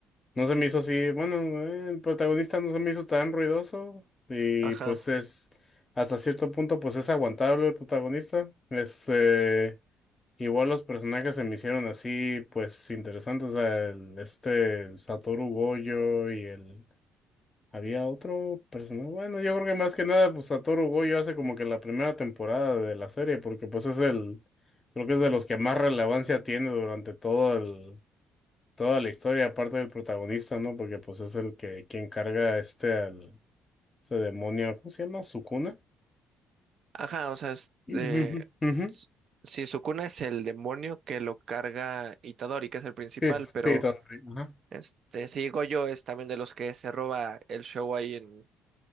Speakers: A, on the left (about 20°); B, on the right (about 50°).
A: No se me hizo así, bueno, eh, el protagonista no se me hizo tan ruidoso y
B: Ajá.
A: pues es, hasta cierto punto pues es aguantable el protagonista. Este, igual los personajes se me hicieron así pues interesantes, o sea, el- este Satoru Gojo y el, había otro personaje, bueno, yo creo que más que nada pues Satoru Gojo hace como que la primera temporada de la serie porque pues es el, creo que es de los que más relevancia tiene durante todo toda la historia, aparte del protagonista, ¿no? Porque pues es el que quien carga este al este demonio, ¿cómo se llama? ¿Sukuna?
B: Ajá, o sea, es, eh,
A: Ujú, ujú.
B: s- sí, Sukuna es el demonio que lo carga Itadori, que es el principal,
A: Sí,
B: pero
A: sí, todo bien, ajá.
B: este, si Gojo es también de los que se roba el show ahí en